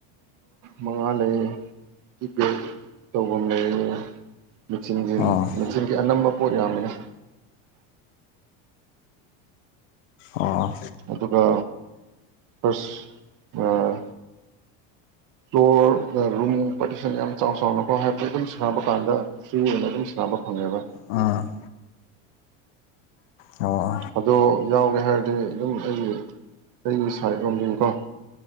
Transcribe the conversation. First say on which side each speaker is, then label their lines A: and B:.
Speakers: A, on the right (about 55°); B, on the left (about 85°).
A: ꯃꯉꯥꯂꯦ <unintelligible> ꯀꯤꯄꯦꯗ ꯇꯧꯐꯝ ꯂꯩ ꯃꯦꯆꯤꯟꯒꯤ
B: ꯑꯣ
A: ꯃꯦꯆꯤꯟꯒꯤ ꯑꯅꯝꯕ ꯄꯣꯠ ꯌꯥꯝꯃꯤꯅ
B: ꯑꯣ
A: ꯑꯗꯨꯒ ꯐꯥꯔꯁ ꯑꯥ ꯐ꯭ꯂꯣꯔ ꯔꯨꯝ ꯄꯔꯇꯤꯁꯟ ꯌꯥꯝꯅ ꯆꯥꯎ ꯆꯥꯎꯅꯀꯣ ꯍꯥꯏꯕꯗꯤ ꯑꯗꯨꯝ ꯁꯥꯟꯅꯕ ꯀꯥꯟꯗ ꯐꯔ꯭ꯤ ꯑꯣꯏꯅ ꯑꯗꯨꯝ ꯁꯥꯅꯕ ꯐꯪꯉꯦꯕ
B: ꯎꯝ ꯑꯣ
A: ꯑꯗꯣ ꯌꯥꯎꯒꯦ ꯍꯥꯏꯔꯗꯤ ꯑꯗꯨꯝ ꯑꯩꯒꯤ ꯑꯩꯒꯤ ꯁꯥꯏꯠ ꯂꯣꯝꯗꯒꯤꯀꯣ